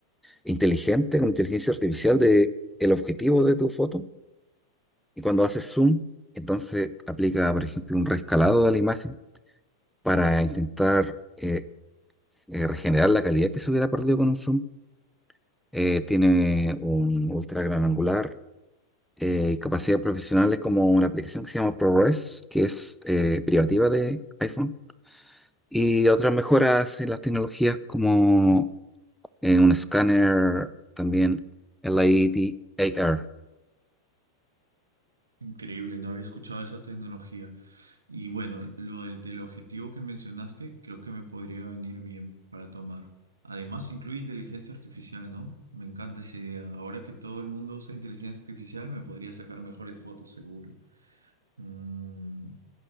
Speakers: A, in the centre; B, on the right.
A: inteligente, con inteligencia artificial de el objetivo de tu foto. Y cuando haces zoom, entonces aplica, por ejemplo, un reescalado de la imagen para intentar eh, eh, regenerar la calidad que se hubiera perdido con un zoom. Eh, tiene un ultra gran angular eh, y capacidades profesionales como una aplicación que se llama ProRes, que es eh, privativa de iPhone Y otras mejoras en las tecnologías como eh, un escáner también LADAR.
B: Increíble, no había escuchado esa tecnología. Y bueno, lo del teleobjetivo que mencionaste, creo que me podría venir bien para tomar. Además, incluye inteligencia artificial, ¿no? Me encanta esa idea. Ahora que todo el mundo usa inteligencia artificial, me podría sacar mejores fotos, seguro. Mm,